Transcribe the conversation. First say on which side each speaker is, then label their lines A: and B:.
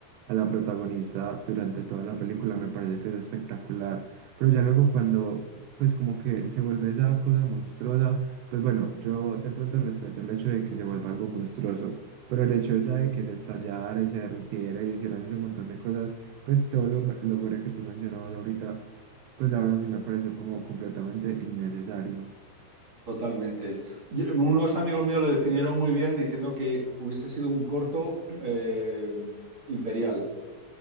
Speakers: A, on the right; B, on the right.
A: a la protagonista durante toda la película, me parece que es espectacular. Pero ya luego cuando, pues como que se vuelve esa cosa monstruosa, pues bueno, yo de pronto respeto el hecho de que se vuelva algo monstruoso, pero el hecho ya de que se estallara y se derritiera y hicieran ese montón de cosas. Pues todo lo, lo gore que tú mencionabas ahorita, pues la verdad sí me pareció como completamente innecesario.
B: Totalmente. Yo- unos amigos míos lo definieron muy bien diciendo que hubiese sido un corto eh, imperial,